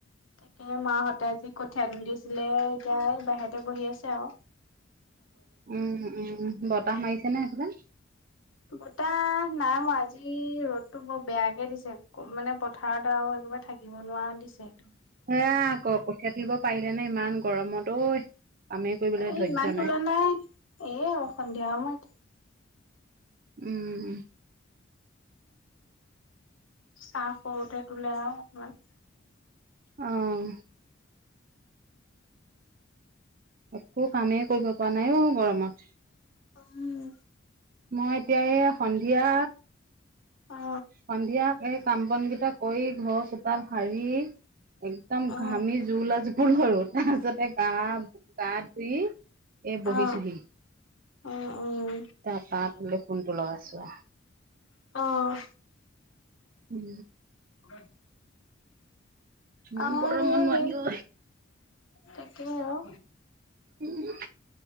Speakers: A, on the left; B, on the right.
A: তাকে মাহঁতে যি কঠীয়া তুলিছিলে এতিয়া বাহিৰতে বহি আছে আও।
B: উম উম বতাহ মাৰিছে নে সেইফালে।
A: বতাহ নাই মৰা আজি ৰ'দতটো বৰ বেয়াকে দিছে মানে পথাৰত আও। অহ একেবাৰে থাকিব নোৱাৰা দিছেটো।
B: এয়া আকৌ কঠীয়া তুলিব পাৰিলে নে ইমান গৰমত ঐ। কামেই কৰিবলৈ
A: এই
B: ধৈৰ্য্য
A: ইমান তোলা নাই এ সন্ধিয়া সময়ত।
B: উম উম।
A: চাহ কৰোতে তোলে আৰু অকমান
B: আহ একো কামেই কৰিব পৰা নাই অ গৰমত
A: উম
B: মই এতিয়া এই সন্ধিয়া
A: অ
B: সন্ধিয়া এই কাম বন কেইটা কৰি ঘৰ চোতাল সাৰি একদম
A: অ
B: ঘামি জোৰোলা ফুল সৰু তাৰপিছতে গা গা ধুই এ বহিছোহি
A: অ উ উম
B: তাৰ পা তোলে ফোনটো লগাইছো
A: অ
B: উম
A: উ
B: ইমান
A: আহ
B: গৰমত
A: সেই
B: নোৱাৰি
A: সেই
B: ঐ
A: তাকে আৰু
B: উম